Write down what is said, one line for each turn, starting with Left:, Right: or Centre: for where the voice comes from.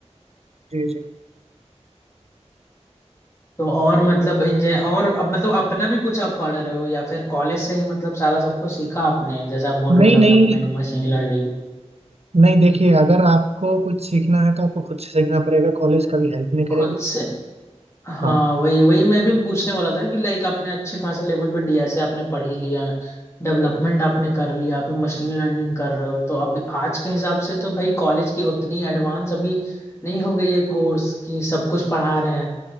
Right: जी जी
Left: तो और मतलब इंजॉय और अब मतलब अपना भी कुछ आप पढ़ रहे हो या फिर कॉलेज से ही मतलब सारा सब कुछ सीखा आपने जैसे आप बोल रहे
Right: नहीं
Left: हो
Right: हम्म,
Left: डेवलपमेंट
Right: नहीं
Left: मशीन लर्निंग
Right: नहीं देखिए अगर आपको कुछ सीखना है तो आपको खुद से सीखना पड़ेगा कॉलेज कभी हेल्प नहीं करेगी
Left: खुद से हाँ
Right: हाँ
Left: वही वही मैं भी पूछने वाला था कि लाइक आपने अच्छे खासे लेवल पे डीएसए आपने पढ़ ही लिया डेवलपमेंट आपने कर लिया अभी मशीन लर्निंग कर रहे हो तो अब आज के हिसाब से तो भाई कॉलेज की उतनी एडवांस अभी नहीं हो गई है कोर्स की सब कुछ पढ़ा रहे हैं